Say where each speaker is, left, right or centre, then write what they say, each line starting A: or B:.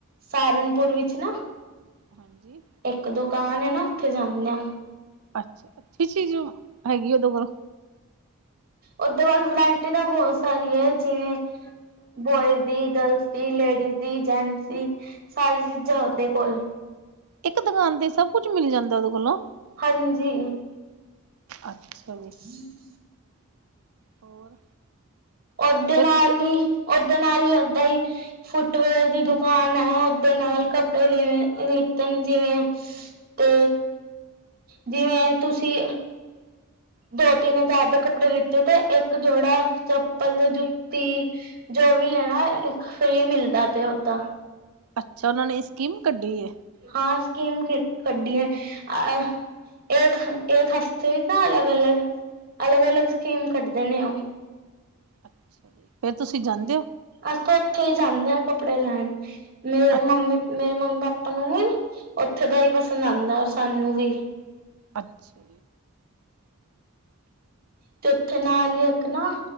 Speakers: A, on the right; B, on the right.
A: ਸਹਾਰਨਪੁਰ ਵਿੱਚ ਨਾ।
B: ਹਾਂਜੀ।
A: ਇੱਕ ਦੁਕਾਨ ਐ ਨਾ ਉੱਥੇ ਜਾਂਦੇ ਆ।
B: ਅੱਛਾ, ਅੱਛੀ ਚੀਜ਼ ਹੈਗੀ ਉਹਦੇ ਕੋਲ,
A: ਓਦੇ ਵੱਲ ਵਰਾਇਟੀ ਤਾਂ ਬਹੁਤ ਸਾਰੀ ਹੈ ਜਿਵੇਂ ਬੋਇਜ਼ ਦੀ, ਗਰਲਜ਼ ਦੀ, ਲੇਡੀਜ਼ ਦੀ, ਜੈਂਟਸ ਦੀ, ਸਾਰੀ ਚੀਜ਼ਾਂ
B: ਅੱਛਾ।
A: ਉਹਦੇ ਕੋਲ।
B: ਇੱਕ ਦੁਕਾਨ ਤੇ ਸਭ ਕੁਛ ਮਿਲ ਜਾਂਦਾ ਉਹਦੇ ਕੋਲੋ?
A: ਹਾਂਜੀ।
B: ਅੱਛਾ ਜੀ।
A: ਹਮ <inaudible>
B: ਹੋਰ,
A: ਓਦੇ
B: ਫੇਰ
A: ਨਾਲ
B: ਤੁਸੀਂ
A: ਹੀ ਓਦੇ ਨਾਲ ਹੀ ਓਦਾਂ ਹੀ। ਫੁੱਟਵੇਅਰ ਦੀ ਦੁਕਾਨ ਹੈ, ਓਦੇ ਨਾਲ ਕੱਪੜੇ ਲਵੇ ਲਿੱਤੇ ਨੇ ਜਿਵੇਂ। ਤੇ, ਜਿਵੇਂ ਤੁਸੀਂ ਦੋ ਤਿੰਨ ਹਜ਼ਾਰ ਦੇ ਕੱਪੜੇ ਲਿੱਤੇ ਤੇ ਇੱਕ ਜੋੜਾ ਚੱਪਲ ਜਾ ਜੁੱਤੀ, ਜੋ ਵੀ ਲੈਣਾ ਇੱਕ ਫ੍ਰਰੀ ਮਿਲਦਾ ਤੇ ਓਦਾਂ।
B: ਅੱਛਾ ਉਹਨਾਂ ਨੇ ਸਕੀਮ ਕੱਢੀ ਏ,
A: ਹਾਂ ਸਕੀਮ ਕੱਢੀ ਹੈ ਐ, ਏਕ ਹਫ਼ਤੇ, ਏਕ ਹਫ਼ਤੇ ਤਾਂ ਅਲੱਗ, ਅਲੱਗ, ਅਲੱਗ, ਅਲੱਗ ਸਕੀਮ ਕੱਢਦੇ ਨੇ ਉਹ।
B: ਅੱਛਾ ਫੇਰ ਤੁਸੀਂ ਜਾਂਦੇ ਹੋ?
A: ਅਸੀ ਤਾਂ ਉੱਥੇ ਹੀ ਜਾਂਦੇ ਹਾਂ, ਕੱਪੜੇ ਲੈਣ ਮੇਰੇ
B: ਅ
A: ਮੰਮੀ ਮੇਰੇ ਮੰਮੀ- ਪਾਪਾ ਆਪਾਂ ਨੂੰ ਵੀ ਉੱਥੇ ਦਾ ਹੀ ਪਸੰਦ ਆਂਦਾ ਸਾਨੂੰ ਵੀ।
B: ਅੱਛਾ
A: ਤੇ ਉੱਥੇ ਨਾਲ ਹੀ ਇੱਕ ਨਾ